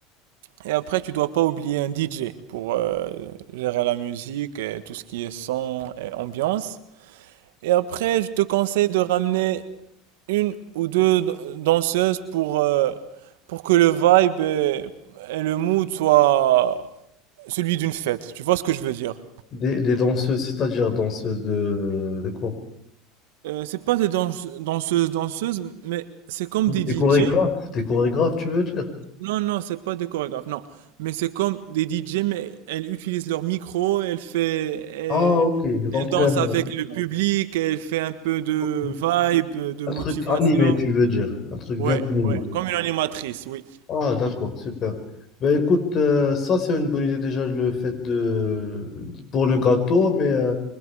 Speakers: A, on the right (about 80°); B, on the left (about 40°).
A: Et après, tu dois pas oublier un DJ pour euh, gérer la musique et tout ce qui est son et ambiance. Et après, je te conseille de ramener une ou deux danseuses pour, euh, pour que le vibe et, et le mood soient celui d'une fête. Tu vois ce que je veux dire?
B: Des, des danseuses, c'est-à-dire danseuses de, de quoi?
A: Euh, c'est pas des danse- danseuses, danseuses, mais c'est comme
B: Des
A: des DJ.
B: chorégraphes, des chorégraphes, tu veux dire?
A: Non, non, c'est pas des chorégraphes, non. Mais c'est comme des DJ, mais elles utilisent leur micro, elles fait, elles,
B: Ah, ok. Donc,
A: elles dansent
B: euh,
A: avec le public, elles fait un peu de
B: ok.
A: vibe, de
B: un
A: motivation.
B: truc animé, tu veux dire? Un truc
A: Ouais,
B: bien animé.
A: ouais, comme une animatrice, oui.
B: Ah, d'accord, super. Ben écoute, euh, ça c'est une bonne idée déjà le fait de pour le gâteau, mais euh,